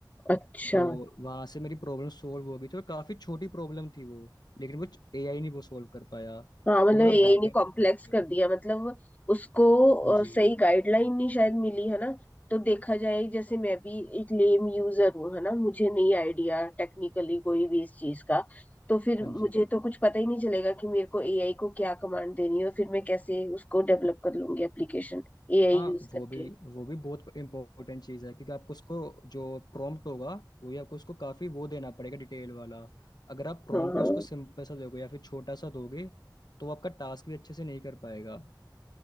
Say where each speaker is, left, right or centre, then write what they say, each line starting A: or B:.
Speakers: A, on the left (about 20°); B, on the left (about 60°).
A: अच्छा
B: तो वहां से मेरी प्रॉब्लम सोल्व हो गई थी और काफी छोटी प्रॉब्लम थी वो लेकिन वो एआई नहीं वो सोल्व कर पाया
A: हाँ मतलब
B: तो अगर आप
A: एआई
B: बैकएंड
A: ने कॉम्प्लेक्स
B: पे चाहते
A: कर
B: हो
A: दिया मतलब उसको अ,
B: हाँ जी
A: सही गाइडलाइन नहीं शायद मिली है ना तो देखा जाए जैसे मैं भी एक लेम यूजर हूँ है ना मुझे नहीं आइडिया टेक्निकली कोई भी इस चीज का तो फिर
B: हाँ
A: मुझे
B: जी
A: तो कुछ पता ही नहीं चलेगा कि मेरे को एआई को क्या कमांड देनी है और फिर मैं कैसे उसको डेवलप कर लूंगी एप्लीकेशन एआई
B: हाँ
A: यूज
B: वो
A: करके
B: भी वो भी बहुत इंपॉर्टेंट चीज़ है क्योंकि आपको उसको जो प्रॉम्प्ट होगा वो ही आपको उसको काफ़ी वो देना पड़ेगा डिटेल वाला अगर आप प्रॉम्प्ट
A: हाँ हाँ
B: ही उसको सिंपल सा दोगे या फिर छोटा सा दोगे तो वो आपका टास्क भी अच्छे से नहीं कर पाएगा